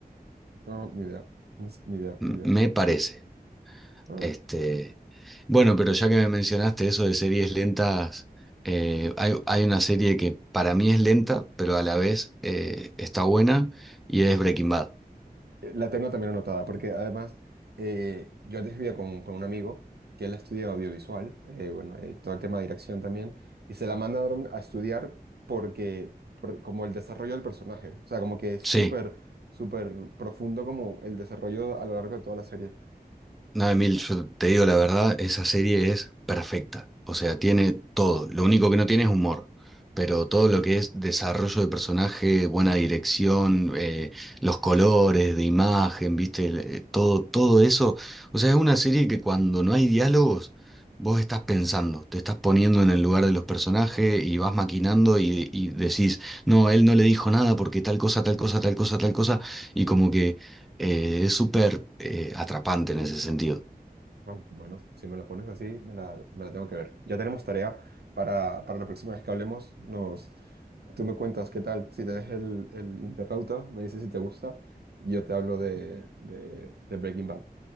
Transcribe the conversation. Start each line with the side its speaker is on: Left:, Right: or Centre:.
Right: no ni idea. Ni, ni idea,
Centre: m-
Right: ni idea.
Centre: me parece,
Right: Ah.
Centre: este, bueno, pero ya que me mencionaste eso de series lentas, eh, hay, hay una serie que para mí es lenta, pero a la vez eh, está buena y es Breaking Bad.
Right: Eh, La tengo también anotada, porque además eh, yo antes vivía con, con un amigo que él estudia audiovisual, eh, bueno, eh, todo el tema de dirección también, y se la mandaron a estudiar porque, por- como el desarrollo del personaje, o sea, como que es
Centre: Sí.
Right: súper, súper profundo como el desarrollo a lo largo de toda la serie.
Centre: No, Emil, yo te digo la verdad, esa serie es perfecta. O sea, tiene todo. Lo único que no tiene es humor. Pero todo
Right: Sí.
Centre: lo que es desarrollo de personaje, buena dirección, eh, los colores de imagen, viste, El- eh, todo, todo eso. O sea, es una serie que cuando no hay diálogos, vos estás pensando, te estás poniendo en el lugar de los personajes y vas maquinando y, y decís, no, él no le dijo nada porque tal cosa, tal cosa, tal cosa, tal cosa. Y como que eh, es súper eh, atrapante en ese sentido.
Right: Ah, Bueno, si me la pones así, me la, me la tengo que ver. Ya tenemos tarea para, para la próxima vez que hablemos. Nos, tú me cuentas qué tal, si te ves el, el Interrauta, me dices si te gusta, y yo te hablo de, de, de Breaking Bad.